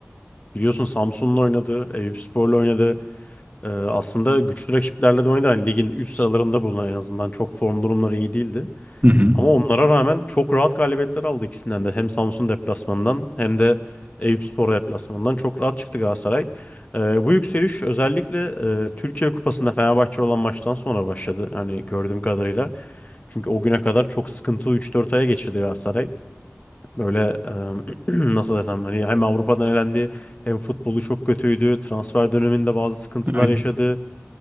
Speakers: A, on the left; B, on the right.
A: e, biliyorsun Samsun'la oynadı, Eyüpspor'la oynadı. E, aslında güçlü rakiplerle de oynadı. Hani ligin üst sıralarında bulunan en azından çok form durumları iyi değildi.
B: Hı hı.
A: Ama onlara rağmen çok rahat galibiyetler aldı ikisinden de. Hem Samsun deplasmanından hem de Eyüpspor deplasmanından çok rahat çıktı Galatasaray. Ee, bu yükseliş özellikle e, Türkiye Kupası'nda Fenerbahçe olan maçtan sonra başladı. Hani gördüğüm kadarıyla. Çünkü o güne kadar çok sıkıntılı üç dört aya geçirdi Galatasaray. Böyle e, <clears throat> nasıl desem hani hem Avrupa'dan elendi hem futbolu çok kötüydü. Transfer döneminde bazı sıkıntılar
B: Öyle.
A: yaşadı.